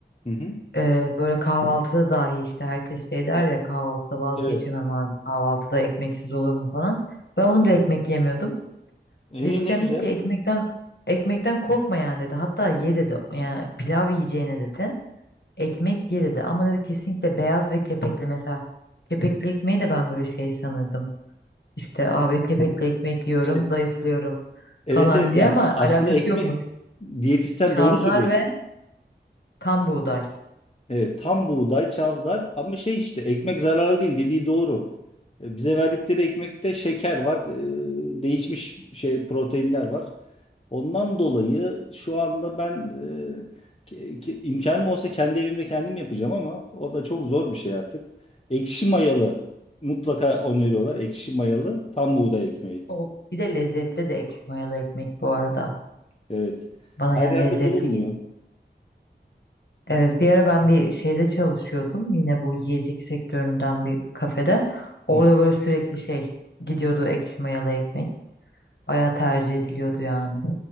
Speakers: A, on the left; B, on the left.
A: Hı hı.
B: Ee, böyle kahvaltıda dahi işte herkes şey der ya kahvaltıda vazgeçemem
A: Evet.
B: abi kahvaltıda ekmeksiz olur mu falan. Ben onu bile ekmek yemiyordum.
A: İyi
B: Diyetisyen
A: ne güzel.
B: dedi ki ekmekten ekmekten korkma yani dedi. Hatta ye dedi. Yani pilav yiyeceğine dedi. Ekmek ye dedi. Ama dedi kesinlikle beyaz ve kepekli mesela. Kepekli ekmeği de ben böyle şey sanırdım. İşte abi
A: Heh,
B: kepekle ekmek yiyorum,
A: işte
B: zayıflıyorum
A: evet
B: falan
A: evet
B: diye
A: yani
B: ama
A: aslında
B: alakası
A: ekmek
B: yokmuş.
A: diyetisyen
B: Çavdar
A: doğru söylüyor.
B: ve tam buğday.
A: Evet, tam buğday, çavdar ama şey işte ekmek zararlı değil dediği doğru. E, Bize verdikleri ekmekte şeker var, e, değişmiş şey proteinler var. Ondan dolayı şu anda ben e, ke- ke- imkanım olsa kendi evimde kendim yapacağım ama o da çok zor bir şey artık. Ekşi mayalı mutlaka öneriyorlar. Ekşi mayalı tam buğday ekmeği.
B: O bir de lezzetli de ekşi mayalı ekmek bu arada.
A: Evet.
B: Bana
A: Her
B: yani
A: yerde
B: lezzetli
A: bulunmuyor.
B: geliyor. Evet bir ara ben bir şeyde çalışıyordum. Yine bu yiyecek sektöründen bir kafede. Orada
A: Hı hı.
B: böyle sürekli şey gidiyordu ekşi mayalı ekmek. Bayağı tercih ediliyordu yani.